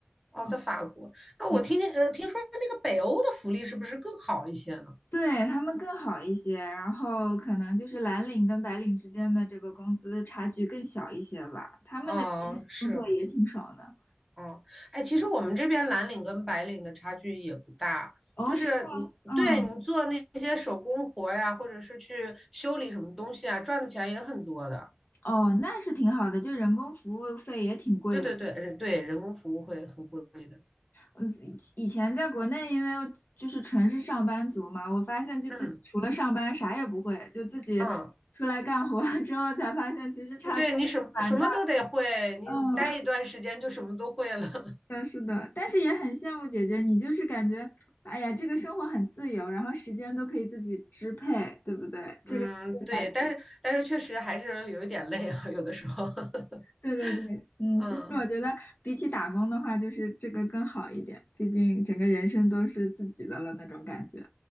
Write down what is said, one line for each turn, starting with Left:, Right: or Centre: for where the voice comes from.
Centre: 哦，
Left: 嗯，
Centre: 在法国。那我听听，
Left: 对，
Centre: 呃，听说那个北欧的福利是不是更好一些呢？
Left: 对，他们更好一些，然后可能就是蓝领跟白领之间的这个工资差距更小一些吧。他们那边是工作也挺爽的。
Centre: 哦，是，哦，哎，其实我们这边蓝领跟白领的差距也不大，
Left: 哦，
Centre: 就是你对你做那些手工活儿呀，
Left: 是吗？嗯，
Centre: 或者是去修理什么东西啊，赚的钱也很多的。
Left: 哦，那是挺好的，就人工服务费也挺贵的。
Centre: 对对对，人对，人工服务会很贵的。
Left: 嗯，以以前在国内，因为我就是纯是上班族嘛，我发现就自己除了上班啥也不会，
Centre: 嗯
Left: 就自己出来干活儿之后才发现，
Centre: 嗯，
Left: 其实差距还是蛮大的。
Centre: 对你什么什么都得会，你待一段时间就什么都会了。
Left: 嗯，<laughs> 是的，是的，但是也很羡慕姐姐，你就是感觉，哎呀，这个生活很自由，然后时间都可以自己支配，对不对？这个是最难的。
Centre: 嗯，对，但是但是确实还是有一点累啊，有的时候，<laughs>
Left: 对对对，嗯，
Centre: 嗯
Left: 其实我觉得比起打工的话，就是这个更好一点，毕竟整个人生都是自己的了那种感觉。